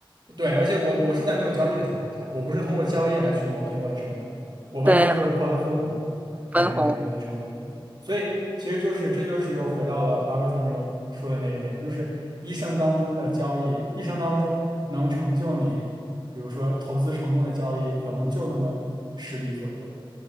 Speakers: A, on the right; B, on the right.
A: 对，而且我我是在没有交易的情况下，我不是通过交易来去抹平我的成本的，我完全就是靠它分红给它抹平我的成本的。
B: 对，分红。
A: 所以其实就是这就是又回到了巴菲特那个说的那一点，就是一生当中的交易，一生当中能成就你，比如说投资成功的交易，可能就那么十笔左右。